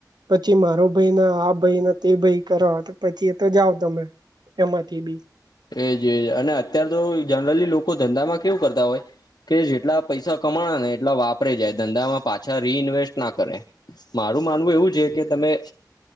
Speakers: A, on the right; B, on the left.
A: પછી મારો ભાઈને આ ભાઈને. તે ભાઈ કર તો પછી એ તો જાાવ તમે એમાંથી બી.
B: એજજ અને અત્યાર તો જનરલી લોકો ધંધામાં કેવું કરતા હોય. કે જેટલા પૈસા કમાણે ને એટલા વાપરે જાય ધંધામાં પાછા રી ન્વેસ્ટ ના કરે મા. મારું માનવું એવું છે કે તમે